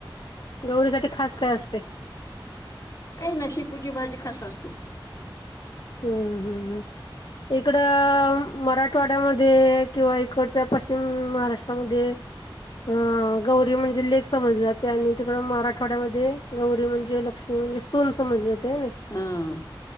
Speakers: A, on the left; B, on the left.
A: गौरीसाठी खास काय असतय
B: ना शेपूची भाजी खास असते
A: हम्म हम् हम इकड मराठवाड्यामध्ये किंवा इकडच्या पश्चिम महाराष्ट्रामध्ये अ गौरी म्हणजे लेक समजली जाते आणि तिकड मराठवाड्यामध्ये गौरी म्हणजे लक्ष्मी म्हणजे सून समजली जाते ह नी
B: हां